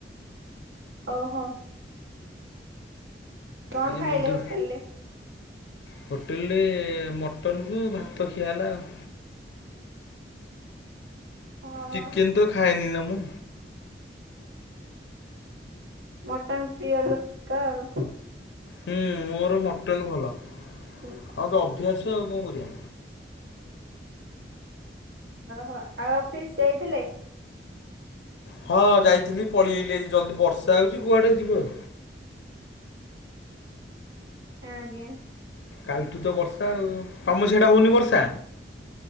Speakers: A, on the right; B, on the left.
A: ଓହୋ କଣ
B: ଆଜି
A: ଖାଇଲେ
B: ବୁଧୁ
A: ହୋଟେଲରେ?
B: ହୋଟେଲରେ ମଟନକୁ ଭାତ ଖିଆ ହେଲାଆଉ।
A: ହଁ
B: ଚିକେନ ତ ଖାଏନି ନା ମୁଁ।
A: ମଟନ ପ୍ରିୟ ଲୋକ ଆଉ।
B: ହୁଁ ମୋର ମଟନ୍ ଭଲ।
A: <unintelligible>
B: ମୋର ତ ଅଭ୍ୟାସ ଆଉ କଣ କରିବା।
A: ଅ ହ ଆଉ ଅଫିସ ଯାଇଥିଲେ?
B: ହଁ ଯାଇଥିଲି ପଳେଇ ଆଈଲି ଆଜି ଜଲ୍ଦି ବର୍ଷା ହୋ ଉଚି କୁଆଡ଼େ ଯିବ ଆଉ।
A: ଆଜ୍ଞା।
B: କାଲିଠୁ ତ ବର୍ଷା ଆଉ ତମ ସେଇଟା ହୋଉନି ବର୍ଷା?